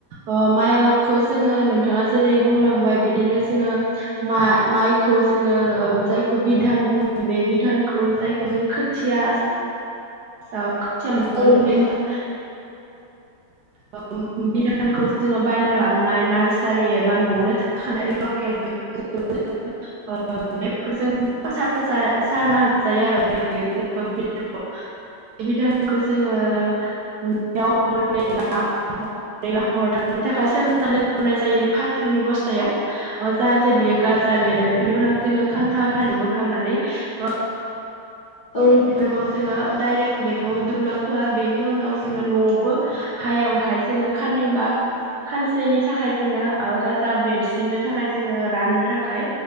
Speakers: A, on the right; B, on the left.
A: ओ माइ आबादखौ जोङो नोंथाङा जेरै बुंलांबाय बिदिनो जोङो मा- माइखौ जोङो जायखौ बिधान बुङो बे बिधानखौ जायखौ जों खोथिया ओ <unintelligible>
B: औ <inaudible>
A: ओ बिधानखौ जोङो बायना लाबोनाय नार्सारि एबा न'आवनो थाखानाय <unintelligible> <inaudible> बेफोरजों सारना हो जायो आरो <inaudible> बिधानखौ जोङो
B: <inaudible>
A: <unintelligible> <unintelligible> थाखाय सोमनानै दनाय जायो फाथोनि बस्थायाव। ओ जाहाथे बियो गाजा बेरो बिनि उनाव जोङो खान्था <unintelligible> बोखांनानै ओ
B: औ नों
A: <unintelligible> जोङो डाइरेक्ट बेखौ दुब्लिआव फोआ बेनि उनाव जोङो न'आवबो हायाव हाय जोङो खाननै बा खानसेनि थाखाय जोङो ओ गाजा बेेरसिननो थाखाय जोङो राननो थाखाय